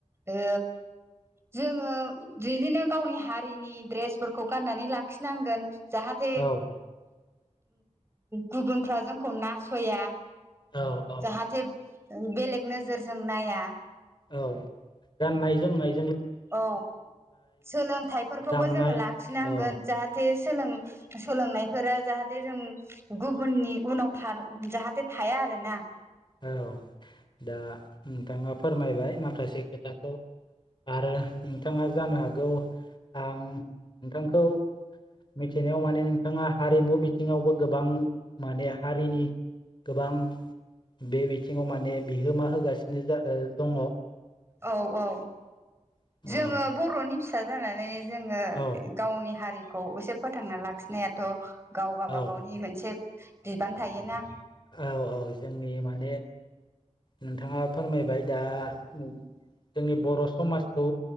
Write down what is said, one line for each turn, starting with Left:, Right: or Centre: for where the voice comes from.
Right: ओ जोङो बिदिनो गावनि हारिनि ड्रेसफोरखौ गाननानै लाखिनांगोन जाहाथे
Left: औ
Right: गुबुनफ्रा जोंखौ नासया
Left: औ औ
Right: जाहाथे बेलेग नोजोरजों नाया
Left: औ गाननाय जोमनाय
Right: औ सोलोंथाइफोरखौबो
Left: दामनाय
Right: जोङो लाखिनांगोन
Left: औ
Right: जाहाथे सोलों सोलोंनायफोरा जाहाथे जों गुबुननि उनाव थार जाहाथे थाया आरो ना
Left: औ दा नोंथाङा फोरमायबाय माखासे खोथाखौ आरो नोंथाङा जानो हागौ आं नोंथांखौ मिथिनायाव माने नोंथाङा हारिमु बिथिङावबो गोबां माने हारिनि गोबां बे बिथिङाव माने बिहोमा होगासिनो जा ओ दङ
Right: औ औ
Left: औ
Right: जोङो बर'नि फिसा जानानै जोङो
Left: औ
Right: गावनि हारिखौ एसे फोथांना लाखिनायाथ' गाव गाबागावनि
Left: औ
Right: मोनसे बिबान थायोना।
Left: औ औ जोंनि माने नोंथाङा फोरमायबाय दा उम जोंनि बर' समाजखौ